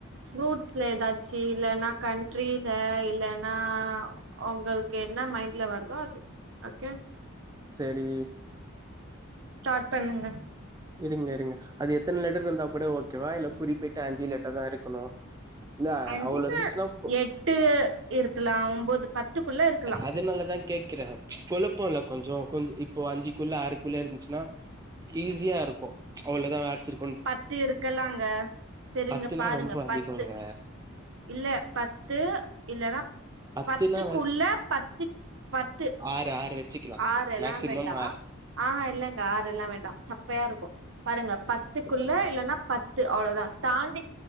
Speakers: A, on the right; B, on the right.
A: ஃப்ரூட்ஸ்ல ஏதாச்சி இல்லன்னா கண்ட்ரில இல்லேன்னா உங்களுக்கு என்ன மைண்ட்ல வருதோ அது ஆகே
B: சரி
A: ஸ்டாட் பண்ணுங்க
B: இருங்க இருங்க அது எத்துன் லெட்டர் இருந்தா கூட ஓகேவா இல்ல குறிப்பிட்டு அஞ்சு லெட்டர் தா இருக்கணு இல்ல
A: அஞ்சதா
B: அவ்ளோ இருந்துச்சுன்னா கொ
A: எட்டு இருக்கலா ஒம்பது பத்துக்குள்ள இருக்
B: அஜனால தா கேக் க்கிற குழப்போ இல்ல கொஞ்சோ கொஞ்ச் இப்போ அஞ்சிக்குள்ள ஆறுக்குள்ள இருந்துச்சுன்னா ஈஸியா ருக்கு அவ்ளதா ஆட்ச்சிரு
A: பத்து இருக்கல்லாங்க சருங்க
B: பத்துனா
A: பாருங்க
B: ரொம்ப அதிகங்க
A: பத்து இல்ல பத்து இல்லன்னா
B: பத்துனா
A: பத்துக் உள்ள பத்திப் பத்து
B: ஆற் ஆறு வச்சுக்கலா
A: ஆரெல்லா
B: மேக்சிமம்
A: வெண்டா
B: ஆறு
A: ஆஹா இல்லங்க ஆறுல்லா வேண்டா சப்பையா இருக்கு பாருங்க பத்துக்குள்ள
B: சத்தா இருக்கு
A: இல்லன்னாப் பத்து அவ்ளோதா தாண்டி